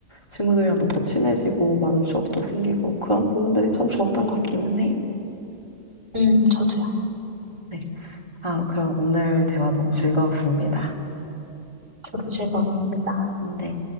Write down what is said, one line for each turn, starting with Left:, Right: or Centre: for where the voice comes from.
Left: 친구들이랑도 더 친해지고 많은 추억도 생기고 그런 부분들이 참 좋았던 것 같기는 해요.
Right: 음, 저도요.
Left: 네. 아, 그럼 오늘 대화 너무 즐거웠습니다.
Right: 저도 즐거웠습니다.
Left: 네.